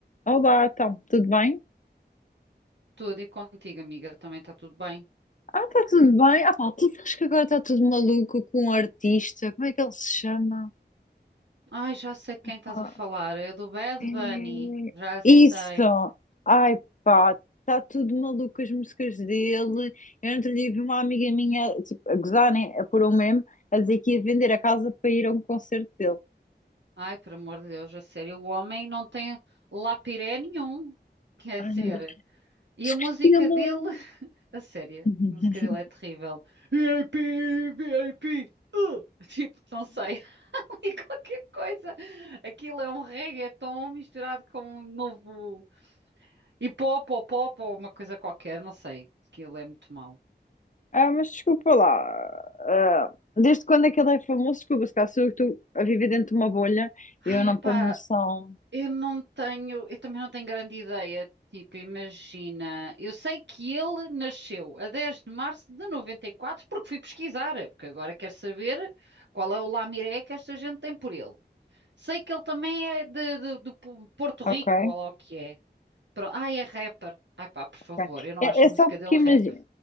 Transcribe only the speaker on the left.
Olá, então, tudo bem?
Ah, está tudo bem. Ah, pá, tu sabes que agora está tudo maluco com um artista. Como é que ele se chama?
Pá,
é-
Isso! Ai, pá, está tudo maluco as músicas dele. Eu outro dia vi uma amiga minha, tipo, a gozar, né? A pôr um meme, a dizer que ia vender a casa para ir a um concerto dele.
Ai,
meu Deus,
esqueci-lo.
<laughs>
Ah, mas desculpa lá. ah, desde quando é que ele é famoso? Desculpa, se calhar sou eu que estou a viver dentro de uma bolha
e eu não
tenho noção.
Ok?
ok.
É,
é
só porque
imagina.